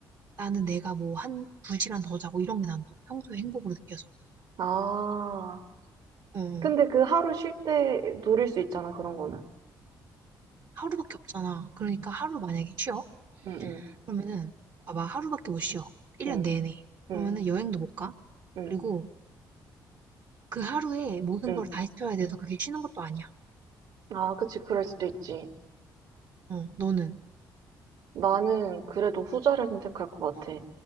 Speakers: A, on the right; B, on the right.
A: 나는 내가 뭐 한 2시간 더 자고 이런 게 난다고 평소에 행복으로 느껴져.
B: 아.
A: 어. 어.
B: 근데 그 하루 쉴 때 누릴 수 있잖아, 그런 거는.
A: 하루밖에 없잖아. 그러니까 하루 만약에 쉬어?
B: 응, 응,
A: 그러면은 봐봐 하루밖에 못 쉬어. 1년
B: 응,
A: 내내.
B: 응,
A: 그러면은 여행도 못 가.
B: 응,
A: 그리고 그 하루에 모든
B: 응.
A: 걸 다 해쳐야 돼서 그게 쉬는 것도 아니야.
B: 아, 그치. 그럴 수도 있지.
A: 어, 너는?
B: 나는 그래도 후자를 선택할 것 같아.